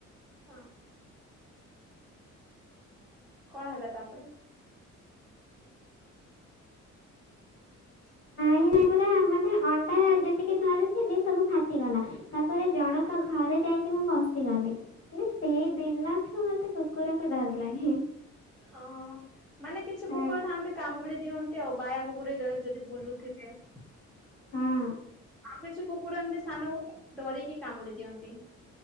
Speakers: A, in the centre; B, on the left.
A: ହଁ। କଣ ହେଲା ତାପରେ? ହ
B: ମୁଁ ଏଗୁଡା ମାନେ ଅଣ୍ଡା ଯେତିକି ଧରିଥିଲି ସବୁ ଫାଟିଗଲା। ତାପରେ ଜଣଙ୍କ ଘରେ ଯାଇକି ମୁଁ ବସିଗଲି। ସେଇ ଦିନଠୁ ମତେ କୁକୁରକୁ ଡର ଲାଗେ।
A: ହଁ ମାନେ କିଛି କୁକୁର
B: ହଁ
A: ଥାନ୍ତି କାମୁଡି ଦିଅନ୍ତି ଆଉ। ବାୟା କୁକୁର ଯଦି ବୁଲୁଥିବ। ଇଏସ।
B: ହୁଁ
A: ଆଉ କିଛି କୁକୁର ଏମିତି ସାନକୁ ଡରିକି କାମୁଡି ଦିଅନ୍ତି।